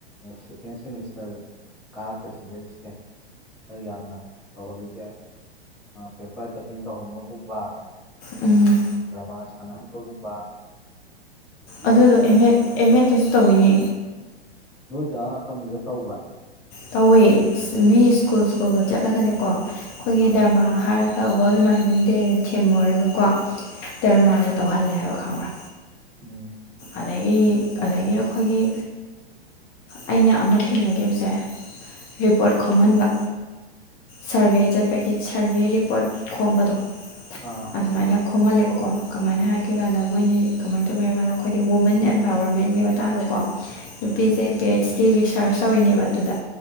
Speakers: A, in the centre; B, on the left.
A: ꯁꯦꯀꯦꯟ ꯁꯦꯃꯤꯁꯇꯔ ꯀꯥꯔꯛꯄ ꯁꯤꯗꯔꯤꯁꯤꯅꯦ꯫ ꯈꯔ ꯌꯥꯝꯅ ꯇꯧꯍꯜꯂꯤꯁꯦ꯫ ꯄꯦꯄꯔ ꯀꯇꯤꯡ ꯇꯧꯍꯕꯒꯨꯝꯕ꯫
B: ꯎꯝ꯫
A: ꯗ꯭ꯔꯃꯥ ꯁꯥꯟꯅꯍꯟꯕꯒꯨꯝꯕ꯫ ꯌꯣꯒ
B: ꯑꯗꯨꯗꯣ
A: ꯇꯧꯍꯟꯕꯒꯨꯝꯕ
B: ꯑꯦꯝ ꯑꯦꯗ ꯑꯦꯝ ꯑꯦꯗꯠꯇꯁꯨ ꯇꯧꯋꯤꯅꯦ꯫
A: ꯅꯣꯏꯒ ꯇꯝꯃꯤꯒ ꯇꯧꯕ꯭ꯔꯥ꯫
B: ꯇꯧꯋꯦ ꯃꯤ ꯁ꯭ꯀꯨꯜ ꯁ꯭ꯀꯨꯜꯒ ꯆꯠꯂꯒꯅꯦꯀꯣ ꯑꯩꯈꯣꯏꯒꯤ
A: ꯑꯥ
B: ꯗꯔꯃꯥ ꯍꯥꯏꯔꯒ꯫ ꯋꯥꯔꯜ ꯏꯟꯚꯥꯏꯔꯣꯟꯃꯦꯟ ꯗꯦꯅ ꯊꯤꯝ ꯑꯣꯏꯔꯒꯀꯣ ꯗꯔꯃꯥꯒ
A: ꯎꯝ
B: ꯇꯧꯍꯜꯂꯦ ꯍꯥꯏꯕ ꯈꯪꯕ꯭ꯔ꯫
A: ꯎꯝ꯫
B: ꯑꯗꯒꯤ ꯑꯗꯒꯤ ꯑꯩꯈꯣꯏꯒꯤ ꯑꯩꯅ ꯑꯃ ꯊꯦꯡꯅꯈꯤꯕꯁꯦ꯫ ꯔꯤꯄꯣꯔꯠ ꯈꯣꯝꯃꯍꯥꯟꯕ꯫ ꯁꯔꯚꯦ ꯆꯠꯄꯒꯤ ꯁꯔꯚꯦ ꯔꯤꯄꯣꯔꯠ ꯈꯣꯝꯕꯗꯣ꯫
A: ꯑ꯫
B: ꯑꯗꯨꯃꯥꯏꯅ ꯈꯣꯝꯍꯜꯂꯦꯕꯀꯣ ꯀꯃꯥꯏꯅ ꯍꯥꯏꯒꯦ ꯀꯥꯟꯗ ꯃꯣꯏꯗꯤ ꯀꯃꯥꯏꯅ ꯇꯧꯒꯦ ꯍꯥꯏ ꯀꯥꯟꯗ ꯑꯩꯈꯣꯏꯗꯤ ꯋꯨꯃꯦꯟ ꯑꯦꯝ꯫ ꯒꯕꯔꯃꯦꯟꯒꯤ ꯃꯇꯥꯡꯗꯀꯣ ꯅꯨꯄꯤꯁꯦ
A: ꯎꯝ
B: ꯄꯤ ꯑꯩꯆ ꯗꯤ ꯔꯤꯁꯔꯁ ꯇꯧꯋꯤꯅꯦꯕ ꯑꯗꯨꯗ꯫